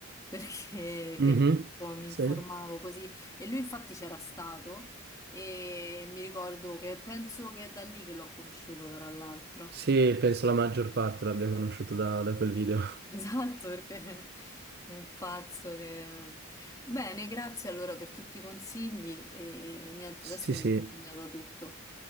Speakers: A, on the left; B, on the right.
A: perché
B: Mhm,
A: che, insomma, mi
B: Sì.
A: informavo così e lui infatti c'era stato. E mi ricordo che penso che è da lì che l'ho conosciuto, tra l'altro.
B: Sì,
A: <laughs>
B: penso la maggior parte l'abbia conosciuto da, da quel video.
A: Esatto, perché un pazzo che... Bene, grazie allora per tutti i consigli e niente,
B: Sì,
A: adesso mi
B: sì,
A: sono segnata tutto.